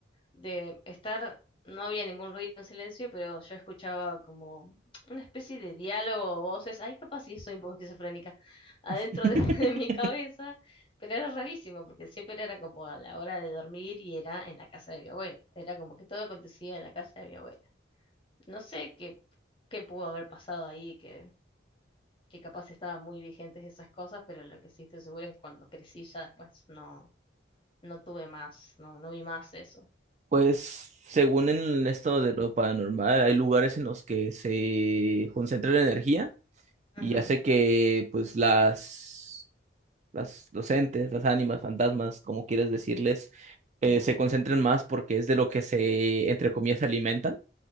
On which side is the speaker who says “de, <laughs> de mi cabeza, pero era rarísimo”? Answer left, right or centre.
Left